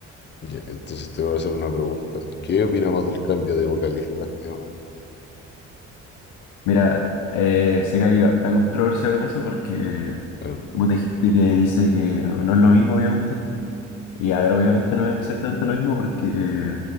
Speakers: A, on the left (about 35°); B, on the left (about 85°).
A: Ya, entonces te voy a hacer una pregunta. ¿Qué opinamos del cambio de vocalista, digamos?
B: Mira, eh, sé que hay harta controversia con eso porque
A: Claro.
B: vos gente que dice que no, no es lo mismo, obviamente. Y a ver, obviamente no es exactamente lo mismo porque, eh,